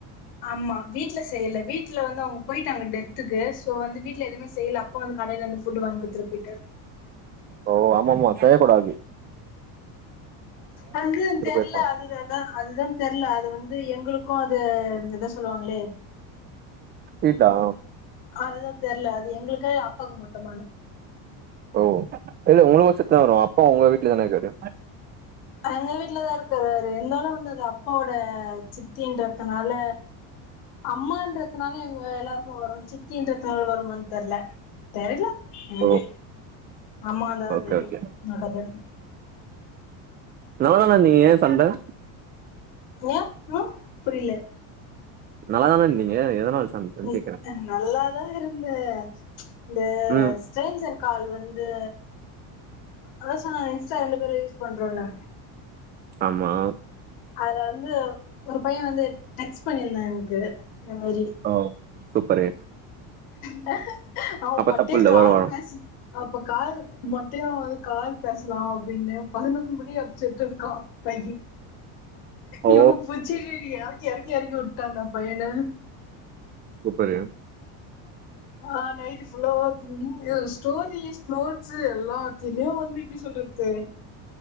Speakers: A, on the left; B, on the right.
A: ஆமா வீட்டுல செய்யல வீட்டுல வந்து அவங்க போயிட்டாங்க டெத்துக்கு சோ வந்து வீட்டு எதுவும செய்யல அப்பா வந்த கடையில இருந்து ஃபுட்டு வாங்கிகுடுத்துட்டு போய்ட்டாரு
B: ஓ ஆமா ஆமா செய்ய கூடாது
A: அதுதான் தெரல
B: போயிருப்பாங்க
A: அது அதுதான் அதுதான் தெரியல அது வந்து வந்து எங்களுக்கும் அது என்ன சொல் சொல்லுவாங்களே
B: இதா
A: அதுதான் தெரியல அது எங்களுக்கு அப்பாக்கு மட்டுமானு
B: ஓ இல்ல உங்கள பசத்து தா வரு அப்பா உங்க வீட்டுல தான இருக்காரு
A: எங்க வீட்லதா இருக்காரு இருந்தாலு வந்த அது அப்பாவோட சித்தின்றதுனால அம்மான்றதுனால எங்க எல்லாருக்கு வரு சித்தன்றதுனால வருமானு தெரியல தெர்ல அது
B: ஓ
A: அம்மாந்தா
B: ஓகே
A: தெரியு
B: ஓகே
A: <unintelligible>
B: எவ்ளோ நாள் நீங்க சண்ட
A: ஏ ஆஹ புரியல
B: நல்லாதான இருந்திங்க எதனால சண்டன்னு
A: ம்
B: கேக்குறே
A: ம் நல்லாதா இருந் தே இந்த
B: ம்
A: ஸ்ட்ரேஞ்சர் கால் வந்து அத சொன்னன்ன இன்ஸ்டா ரெண்டு பேரு யூஸ் பண்றோன்னு
B: ஆமா
A: அதுல வந்து ஒரு பைய வந்து டெக்ஸ் பண்ணிருந்தா எனக்கு இந்த மேரி
B: ஓ சூப்பரு
A: என் அவ
B: அப்ப
A: மட்டே
B: தப்பு இல்ல
A: கால்
B: வரு வரு
A: பேசி அ அப்ப கால் மொட்டையா வந்து கால் பேசலா அப்டின்னு பதினொரு மணி அடிச்சுட்டு இருக்கான் பைய
B: ஓ
A: இயு <unintelligible> கே கேரக்கி உட்டா அந்த பையன
B: சூப்பரு
A: ஆஹ் நைட்டு் ஃபுல்லோ திங்கிங்கி ஸ்டோரிஸ் ஃப்லோட்ஸு எல்லா திலியு வந்து இப்புடி சொல்றது